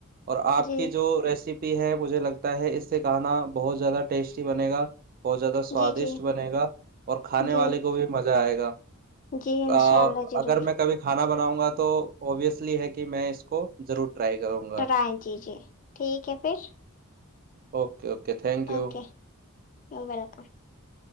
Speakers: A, on the right; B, on the left.
A: اور آپ
B: جی
A: کی جو ریسیپی ہے مجھے لگتا ہے اس سے کھانا بہت زیادہ ٹیسٹی بنے گا بہت زیادہ سواددشٹ
B: جی جی
A: بنے گا اور کھے والے
B: جی
A: کو بھی مزہ مہ آئے گا
B: جی انشاء
A: ا
B: اللہ ضرور
A: اگر میں کبھی کھانا بنا آؤں گا تو اوبویسلی ہے کہ میں اس کو ضرور ٹرائی کروں گا
B: رائ جی جی ٹھیک ہے پھر
A: <unintelligible> okay okay thank
B: okay
A: you
B: <unintelligible>